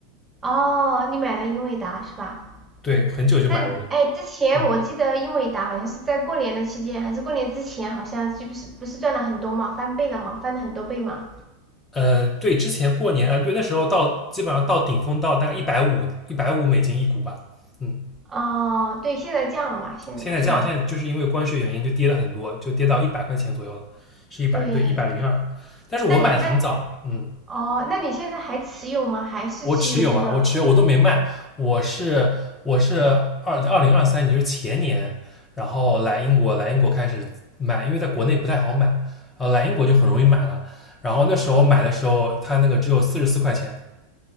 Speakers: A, on the right (about 20°); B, on the left (about 15°).
A: 哦，你买了英伟达是吧？
B: 对，很久就买了一。
A: 那哎，之前我记得英伟达好像是在过年的期间，
B: 嗯
A: 还是过年之前，好像就不是不是赚了很多嘛，翻倍了嘛，翻了很多倍嘛。
B: 呃，对，之前过年啊，对，那时候到基本上到顶峰到大概一百五一百五美金一股吧。嗯，
A: 哦，对，现在降了嘛，现在是吧？
B: 现在这样，现在就是因为关税原因就跌了很多，就跌到一百块钱左右了，是一百对一百零二。
A: 对，
B: 一百零二但是我买的很早，
A: 那你那
B: 嗯。
A: 哦，那你现在还持有吗？还是持有这个？
B: 我持有啊，我持有，我都没卖。我是我是二二零二三年，就是前年，然后来英国，来英国开始买，因为在国内不太好买，呃，来英国就很容易买了。然后那时候买的时候，它那个只有四十四块钱，